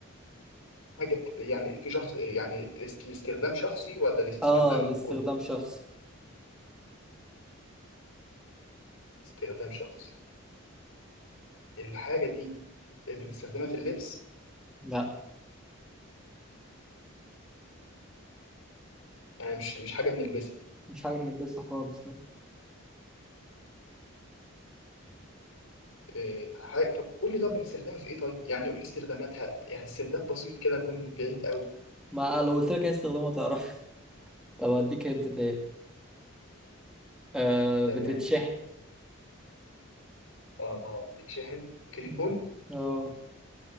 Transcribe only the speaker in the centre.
آه لاستخدام
شخصي
لا
مش حاجة بنلبسها خالص لا.
ما آه، لو قلت لك عايز استخدامها تعرف <laughs> طب أديك هنت تاني آه
بتتشحن
مم. آه